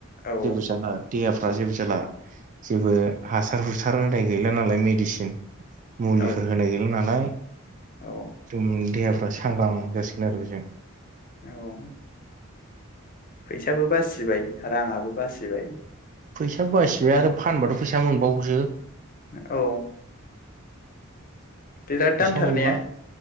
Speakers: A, on the left; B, on the right.
A: औ
B: जेबो साना देहाफ बा जेबो जाला जेबो हास हासार हुसार होनाय गैला नालाय मेडिसिन। मुलिफोर
A: औ
B: होनाय गैला नालाय।
A: औ
B: दुम देहा- सांग्रां जासिगोन आरो बेजों।
A: औ फैसाबो बासिबाय राङाबो बासिबाय।
B: फैसाबो बासिबाय आरो फानबाथ फैसा मोनबायोसो।
A: औ। बिराद
B: फैसा
A: दामथार
B: मोनबा
A: ने